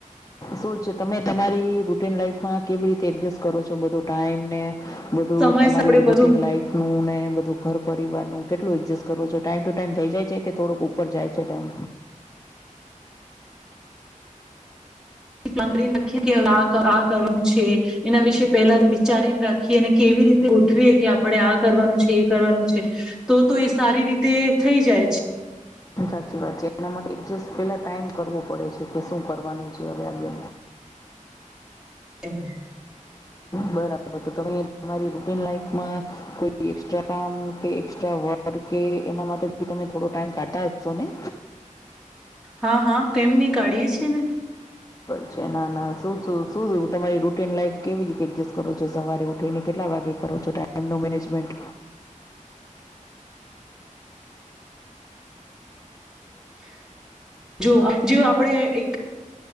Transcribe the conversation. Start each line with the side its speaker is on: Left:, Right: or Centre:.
Left: શું છે તમે તમારી રૂટીન લાઈફમાં કેવી રીતે એડજસ્ટ કરો છો બધો ટાઈમ ને બધું
Centre: સમય
Left: તમારી
Centre: આપડે
Left: રૂટીન
Centre: બધું
Left: લાઈફ નુંને બધું ઘર પરર કેટલું એડજસ્ટ કરો છો ટાઈમ ટુ ટાઈમ થઈ જાય છે કે થોડુંક ઉપર જાય છે ટાઇમ
Centre: ળ નાખીએ કે આ આ કરવાનું છે એના વિશે પહેલાથી વિચારીને રાખીએ અને કેવી રીતે ગોઠવીએ કે આપડણે આ કરવાનું છે એ કરવાનું છે તો તો એ સારી રીતે થઈ જાય છે
Left: સાચી વાત છે એના માટે એડજસ્ટ પેલા ટાઈમ કરવો પડે છે કે શું કરવાનું છે હવે આગે
Centre: <inaudible>
Left: બરાબર તમે તમારી રૂટિન લાઈફમાં કોઈ એક્સ્ટ્રા કામ કે એક્સ્ટ્રા વર્ક કે એના માટે તમે થોડો ટાઈમ કાઢતા હશો ને
Centre: હા હા કેમ નહી કાઢીએ છીએ ને.
Left: છે ના ના શુ શુ તમારી રુ ટિ નલાઈફ કેવી રીતે એડજસ્ટ કરો છો સવારે ઉઠીને કેટલા વાગ્યે કરો છો ટાઈમનું મેનેજમેન્ટ.
Centre: <inaudible> જો જે આપણેે એક